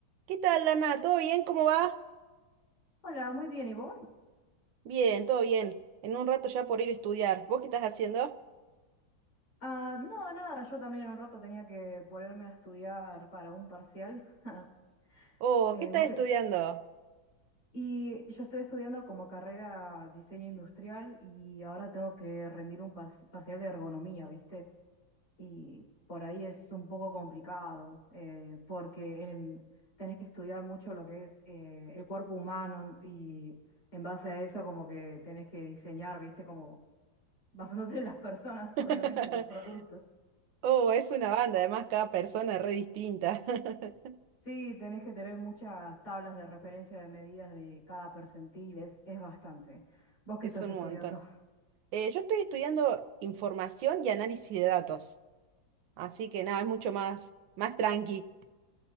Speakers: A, on the right; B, on the left.
A: ¿Qué tal, Lana? ¿Todo bien? ¿Cómo va?
B: Hola, muy bien, ¿y vos?
A: Bien, todo bien. En un rato ya por ir a estudiar. ¿Vos qué estás haciendo?
B: Ah, no, nada, yo también un rato tenía que ponerme a estudiar para un parcial. <laughs>
A: Oh,
B: Eh,
A: ¿qué estás
B: ¿vos qué?
A: estudiando?
B: Y yo estoy estudiando como carrera diseño industrial y ahora tengo que rendir un pas- parcial de ergonomía, ¿viste? Y por ahí es un poco complicado, eh, porque en- tenés que estudiar mucho lo que es eh, el cuerpo humano y en base a eso como que tenés que diseñar, ¿viste? Como basándote en las personas,
A: <laughs>
B: <laughs> obviamente, los productos.
A: Oh, es una banda, además cada persona es re distinta. <laughs>
B: Sí, tenés que tener muchas tablas de referencia de medidas de cada percentil, es, es bastante. Vos qué
A: Es
B: estás
A: un
B: estudiando,
A: montón.
B: <laughs>
A: Eh, yo estoy estudiando información y análisis de datos. Así que nada, es mucho más, más tranqui.